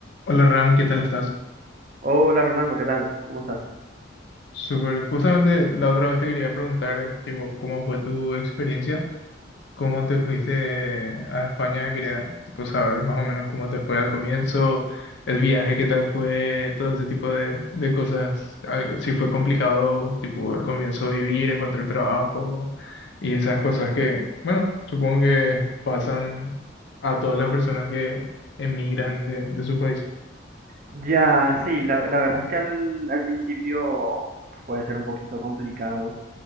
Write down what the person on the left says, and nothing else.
Hola Ram, ¿qué tal estás?
Súper, justamente la otra vez te quería preguntar, tipo, ¿cómo fue tu experiencia? ¿Cómo te fuiste a España? Quería, tipo, saber más o menos cómo te fue al comienzo, el viaje, qué tal fue, todo ese tipo de, de cosas. Algo- Si fue complicado, tipo, al comienzo vivir, encontrar trabajo y esas cosas que, bueno, supongo que pasan a todas las personas que emigran de, de su país.